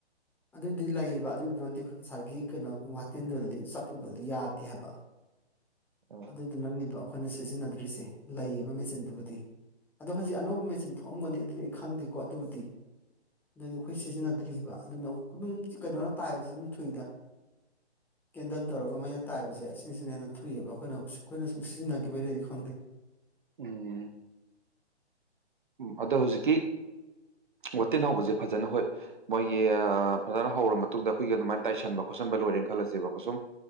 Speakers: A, in the centre; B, on the right.
A: ꯑꯗꯨꯗꯤ ꯂꯩꯌꯦꯕ ꯑꯗꯨꯒꯤꯗꯨ ꯅꯗꯤ ꯉꯁꯥꯏꯒꯤ ꯀꯩꯅꯣꯒꯨ ꯋꯥꯇꯝꯟꯗꯨꯗꯗꯤ ꯆꯞꯄꯨꯕꯗꯨ ꯌꯥꯗꯦ ꯍꯥꯏꯕ
B: ꯎꯝ
A: ꯑꯗꯨꯗꯨꯅꯅꯦꯕ ꯑꯩꯈꯣꯏꯅ ꯁꯤꯖꯤꯟꯅꯗ꯭ꯔꯤꯁꯦ ꯂꯩꯌꯦꯕ ꯃꯦꯆꯤꯟꯗꯨꯕꯨꯗꯤ ꯑꯗꯣ ꯍꯧꯖꯤꯛ ꯑꯅꯧꯕ ꯃꯦꯆꯤꯟ ꯊꯣꯛꯑꯝꯒꯅꯤ ꯑꯗꯨꯗꯤ ꯑꯩ ꯈꯪꯗꯦꯀꯣ ꯑꯗꯨꯕꯨꯗꯤ ꯑꯗꯨꯗꯤ ꯑꯩꯈꯣꯏ ꯁꯤꯖꯤꯟꯅꯗ꯭ꯔꯤꯕ ꯑꯗꯨꯅꯝ ꯑꯗꯨꯝ ꯀꯩꯅꯣꯅ ꯇꯥꯏꯕꯁꯨ ꯑꯗꯨꯝ ꯊꯨꯏꯗ ꯀꯦꯟꯗꯜ ꯇꯧꯔꯒ ꯃꯩꯅ ꯇꯥꯏꯕꯁꯦ ꯁꯤꯁꯤꯅ ꯍꯦꯟꯅ ꯊꯨꯏꯌꯦꯕ ꯑꯩꯈꯣꯏꯅ ꯑꯩꯈꯣꯢꯅ ꯁꯨꯝ ꯑꯩꯈꯣꯏꯅ ꯁꯨꯝ ꯁꯤꯖꯤꯟꯅꯈꯤꯕꯅꯗꯤ ꯈꯪꯗꯦ
B: ꯎꯝ ꯎꯝ ꯑꯗꯣ ꯍꯧꯖꯤꯛꯀꯤ ꯋꯥꯇꯤꯟ ꯍꯧꯕꯁꯦ ꯐꯖꯅ ꯍꯣꯏ ꯃꯣꯏꯒꯤ ꯐꯖꯅ ꯍꯧꯔ ꯃꯇꯨꯡꯗ ꯑꯩꯈꯣꯏꯒꯤ ꯑꯗꯨꯃꯥꯏꯅ ꯇꯥꯏꯁꯟꯕ ꯈꯣꯠꯆꯟꯕ ꯂꯣꯏꯔꯦꯅ ꯈꯜꯂꯁꯦꯕꯀ ꯁꯨꯝ